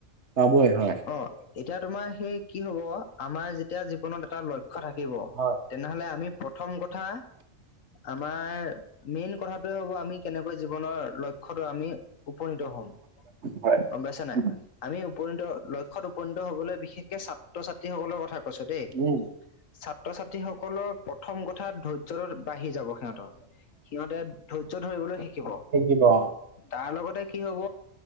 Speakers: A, on the right (about 60°); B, on the left (about 80°).
A: পাবই হয়,
B: অহ এতিয়া তোমাৰ সেই কি হ'ব, আমাৰ যেতিয়া জীৱনত এটা ল ক্ষ্য থাকিব,
A: হয়,
B: তেনেহ'লে আমি প্ৰথম কথা আমাৰ মেইন কথাটোৱে হ'ব আমি কেনেকৈ জীৱনৰ লক্ষ্যতো আমি উপনীত হম
A: হয়
B: গম পাইছা নাই
A: উম
B: আমি উপনীত, লক্ষ্যত উপনীত হ'বলৈ বিশেষকে ছাত্ৰ-ছাত্ৰীসকলৰ কথা কৈছোঁ দেই
A: উম,
B: ছাত্ৰ-ছাত্ৰীসকলৰ প্ৰথম কথা ধৈ ৰ্য্যৰৰ বাঢ়ি যাব সিহঁতৰ, সিহঁতে ধৈৰ্য্য ধৰিবলৈ শিকিব
A: শিকিব অ'
B: তাৰ লগতে কি হ'ব